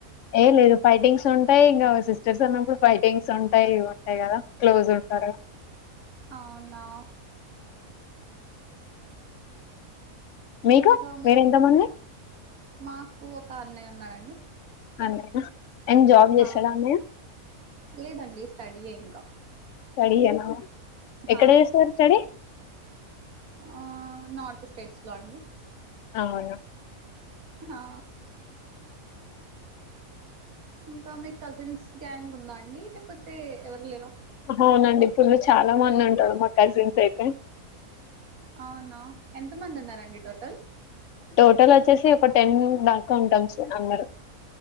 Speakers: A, on the left; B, on the right.
A: ఏం లేదు ఫైటింగ్స్ ఉంటాయి ఇంకా సిస్టర్స్ అన్నప్పుడు ఫైటింగ్స్ ఉంటాయి ఉంటాయి కదా క్లోజ్ ఉంటాయి అ
B: అవునా
A: మీకు
B: ఇంకా మీక్
A: మీరెంత మంది
B: మాకు ఒక అన్నయ్య ఉన్నాడండి
A: అన్నయ్యనా అండ్ జాబ్ చేస్తాడా
B: ఆ
A: అన్నయ్య
B: లేదండి స్టడీ యే ఇంకా
A: స్టడీ ఏనా
B: హా
A: ఎక్కడ చేస్తారు స్టడీ
B: ఆ నార్త్ స్టేట్స్ లో అండి
A: అవున
B: హా ఇంకా మీ కజిన్స్ గ్యాంగ్ ఉందా అండి లేకపోతే ఎవరు లేరా
A: అవునండి ఫుల్లు చాలా మంది ఉంటారు మా కజిన్స్ అయితే
B: అవునా ఎంత మంది ఉన్నారండి టోటల్
A: టోటల్ వచ్చేసి ఒక టెన్ దాకా ఉంటాం సార్ అందరు